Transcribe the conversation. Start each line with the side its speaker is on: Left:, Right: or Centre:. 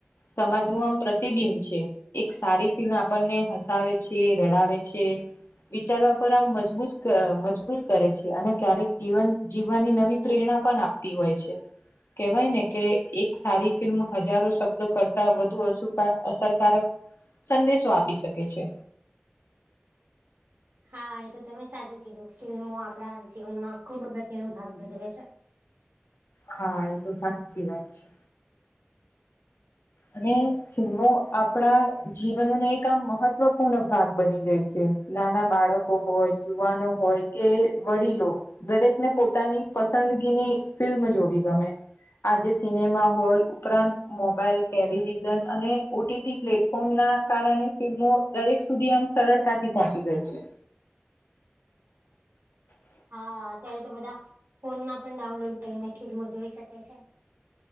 Left: સમાજ નું આમ પ્રતિબિંબ છે એક સારી ફિલ્મ આપણને હસાવે છે રડાવે છે વિચારવા આમ મજબૂત મજબૂર કરે છે અને ક્યારેક જીવન જીવવાની નવી પ્રેરણા પણ આપ તી હોય છે કેવાય ને કે એક સારી ફિલ્મ હજારો શબ્દો કરતા વધુ અસુ અસરકારક સંદેશો આપી શકે છે
Right: હા એ તો તમે સાચું કીધું ફિલ્મો આપડા જીવનમાં ખુબ અગત્ય ન ભાગ ભજવે છે
Left: હા એ તો સાચી વાત છે અને ફિલ્મો આપણા જીવનનો એક આમ મહત્વપૂર્ણ ભાગ બની ગઈ છે. નાના બાળકો હોય, યુવાનો હોય કે વડીલો દરેકને પોતાની પસંદગીની ફિલ્મ જોવી ગમે. આજે સિનેમા હોલ ઉપરાંત મોબાઈલ ટેલિવિઝન અને ઓટીટી પ્લેટફોર્મના કારણે ફિલ્મો દરેક સુધી આમ સરળતાથી પહોંચી ગઈ છે.
Right: હા. અત્યારે તો બધા ફોનમાં પણ ડાઉનલોડ કરીને ફિલ્મો જોઈ શકે છે.